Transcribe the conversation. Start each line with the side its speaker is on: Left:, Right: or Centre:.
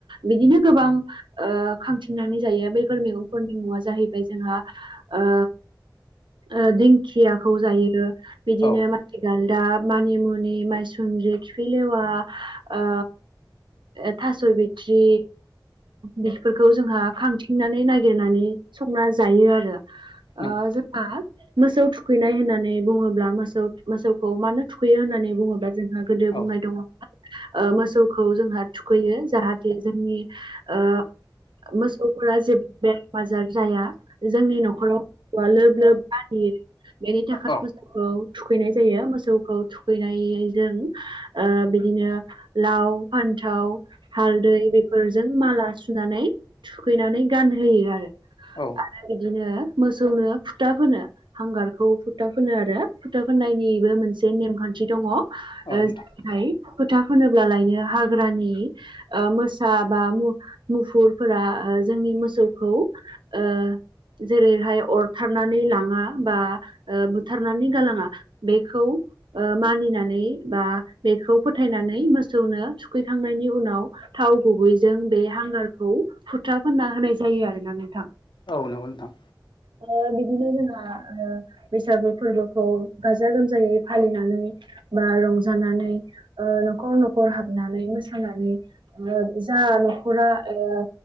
Right: बिदिनो गोबां ओ खांथिंनानै जायो। बेयो बैफोर मैगंफोरनि मुङा जाहैबाय जोंहा ओ ओ दिंखि खियाखौ जायोदो बिदिनो
Left: औ
Right: माथि गालदाब मानिमुनि माइसुनद्रि खिफिलेवा‌ ओ ए थास' बिथ्रि बेफोरखौ जोंहा खांथिंनानै नागिरनानै संना जायो आरो। ओ
Left: नंगौ
Right: जोंहा मोसौ थुख थुखैनाय होननानै बुङोब्ला मोसौ मोसौखौ मानो थुखैयो होननानै बुङोब्ला जोंहा गोदो
Left: औ
Right: बुंनाय दङ। ओ मोसौखौ जोंहा थुखैयो जाहाथे जोंनि ओ मोसौफोरा जेबो बेमार आजार जाया जोंनि न'खराव मोसौआ लोब लोब बारियो बेनि थाखाय
Left: औ
Right: मोसौखौ थुखैनाय जायो, मोसौखौ थुखैनाय जों ओ बिदिनो लाव फान्थाव हालदै बेफोरजों माला सुनानै थुखैनानै गानहोयो आरो
Left: औ
Right: आरो बिदिनो मोसौनो फुथा फोनो। हांगारखौ फुथा फोनो आरो फुथा फोननायनिबो मोनसे नेमखान्थि दङ। ओ
Left: नोंथां
Right: जोंनिहाय फोथा फोनोबालायनो हाग्रानि ओ मोसा बा मु मुफुरफोरा ओ जोंनि मोसौखौ ओ जेरैहाय अरथारनानै लाङा बा ओ बुथारनानै गालाङा बेखौ ओ मानिनानै बा बे बेखौ फोथायनानै मोसौनो थुखैखांनायनि उनाव थाव गुबैजों बे हांगारखौ फोथा फुनना होनाय जायो आरोना नोंथां।
Left: औ नंगौ नोंथां।
Right: अ बिदिनो जोंना ओ बैसागु फोरबोखौ गाजा गोमजायै फालिनानै बा रंजानानै ओ न'खर न'खर हाबनानै मोसानानै ओ जा न'खरा एबा